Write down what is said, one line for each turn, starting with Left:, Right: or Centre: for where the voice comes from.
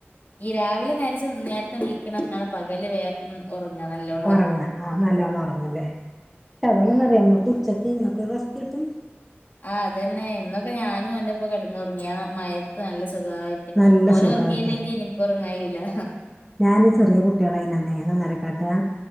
Left: ഈ രാവിലെ നേരച്ചെന്ന് നേരത്തെനീക്കണന്നാണ് പകല് വേ ഉം ഒറങ്ങണല്ലോ
Centre: ഒറങ്ങാ ആ നല്ലോണം ഒറങ്ങുവല്ലേ പക്ഷെ അതുകൊണ്ടന്നറിയൊ നമ്മക്ക് ഉച്ചക്ക് ഇങ്ങക്കൊരു റെസ്റ്റുകിട്ടും
Left: ആ അതന്നെ ഇന്നൊക്കെ ഞാനും ഓന്റൊപ്പം കെടന്നൊറങ്ങി ആ മയത്ത് നല്ലസുഖായിട്ട്
Centre: നല്ല
Left: ഓന്
Centre: സുഖായിട്ട്
Left: ഒറങ്ങിയില്ലെങ്കി എനക്കൊറങ്ങാൻ കയ്യൂലാ
Centre: ഞാന് ചെറിയ കുട്ടിയളായൻറ്റെന്നേയ് എന്താന്നറിക്കാട്ടാ